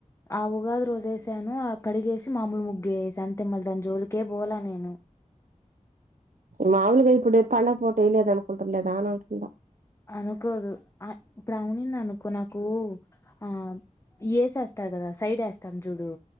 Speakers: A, on the left (about 20°); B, on the right (about 75°).
A: ఆ ఉగాది రోజేసాను ఆ కడిగేసి మామూలు ముగ్గేయేసి అంతే మా దాని జోలికే పోలే నేను
B: మాములుగా ఇప్పుడే పండగా పూట ఎయ్యలేదు అనుకుంటలేదా అని అంటున్నా
A: అనుకోదు ఆ ఇప్పుడువునింద నాకు ఆ వేసేస్తారు కదా సైడ్ వేస్తాం చూడు